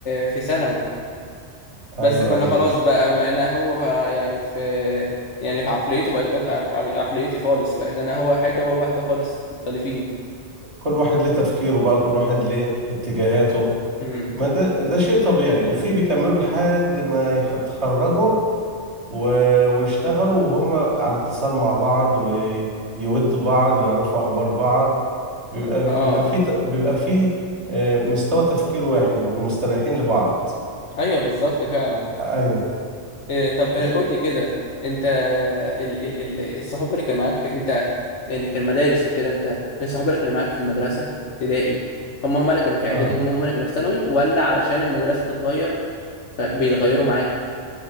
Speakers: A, on the left (about 70°); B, on the right (about 65°).
A: في ثانوي بس
B: ايوه
A: كنا
B: ايوه
A: خلاص بقى بقينا هو يعني في يعني في عقليته بقت غير عق- عقليتي خالص بقيت انا هو حاجه وهو حاجه خالص مختلفين
B: كل واحد ليه تفكيره بقى وكل واحد ليه اتجاهاته
A: امم
B: ما ده ده شيء طبيعي وفي بيكملوا لحد ما يخ- يتخرجوا و- ويشتغلوا وهم على اتصال مع بعض ويودوا بعض ويعرفوا أخبار بعض بيبقى
A: اه
B: بيبقى في ت- بيبقى في آه، مستوى تفكير واحد بيبقوا مستريحين لبعض
A: ايوه بالظبط فعلا
B: أيوه
A: إيه طب إيه
B: هي
A: قول لي كده انت ال ال ال الصحاب اللي كانوا معاك انت يعني كان مدارس وكده انت الصحاب اللي كانوا معاك في المدرسة في ابتدائي هم هم اللي كانوا في اعدادي
B: آه
A: هم هم اللي كانوا في ثانوي ولا علشان المدرسة بتتغير فبيتغيروا معاك